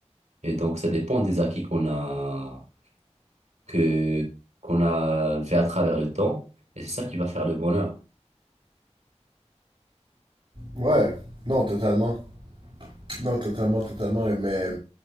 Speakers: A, on the right; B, on the right.
A: Et donc, ça dépend des acquis qu'on a, que, qu'on a fait à travers le temps. Et c'est ça qui va faire le bonheur.
B: Ouais, non, totalement. Non, totalement, totalement. Mais